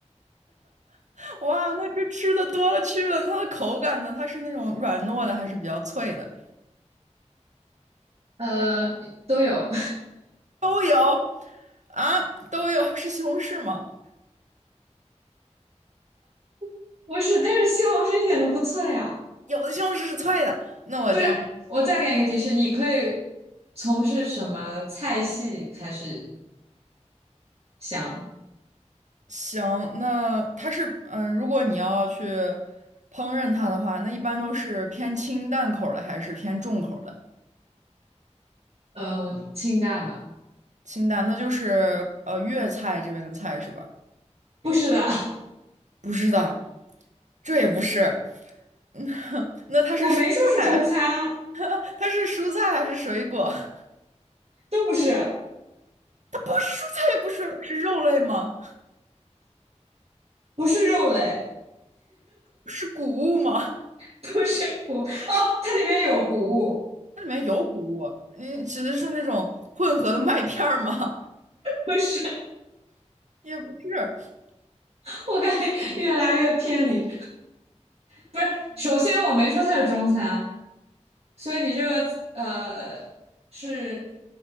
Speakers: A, on the right; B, on the right.
A: <laughs> 哇，那这吃的多了去了，它的口感呢？它是那种软糯的，还是比较脆的？
B: 呃，都有。
A: 都有啊，都有。是西红柿吗？
B: <laughs> 不是，但是西红柿一点都不脆呀。
A: 有的西红柿是脆的，那我这样。
B: 不是，我再给你一个提示，你可以从事什么菜系开始想？
A: 行，那它是嗯、呃如果你要去烹饪它的话，那一般都是偏清淡口儿的还是偏重口儿的？
B: 呃，清淡的。
A: 清淡，那就是呃粤菜这边的菜是吧？
B: 不是的，
A: 不是的，这也不是。<laughs> 那它是蔬菜，
B: <laughs> 我没说是中餐啊，
A: 它是蔬菜还是水果？<laughs>
B: 都不是，
A: 不是蔬菜，也不是水果，是肉类吗？
B: 不是肉类，
A: 是谷物吗？
B: 不是谷，哦，它里面有谷物，
A: 它里面有谷物，你指的是那种混合的麦片儿吗？
B: 不是。
A: <laughs> 也不是，
B: <laughs> 我感觉越来越偏离。不是，首先我没说它是中餐，所以你这个呃是